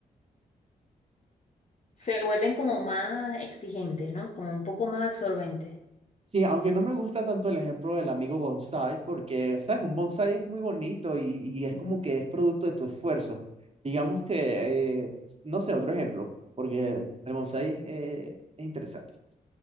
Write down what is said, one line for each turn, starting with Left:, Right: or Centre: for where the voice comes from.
Left: Se vuelven como más exigentes, ¿no? Como un poco más absorbentes.
Right: Sí, aunque no me gusta tanto el ejemplo del amigo bonsai, porque, ¿sabes? Un bonsai es muy bonito y, y es como que es producto de tu esfuerzo. Digamos que, eh, no sé, otro ejemplo, porque el bonsai eh, es interesante.